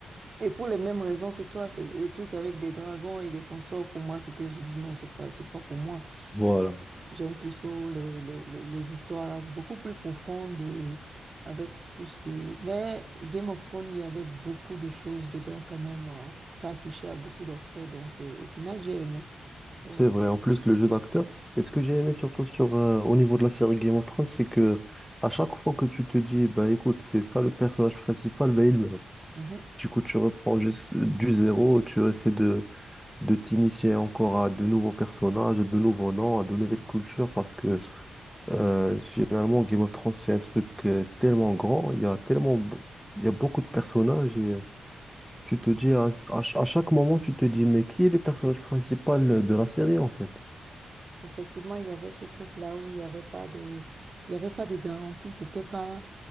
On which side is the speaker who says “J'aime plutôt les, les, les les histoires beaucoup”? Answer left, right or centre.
Right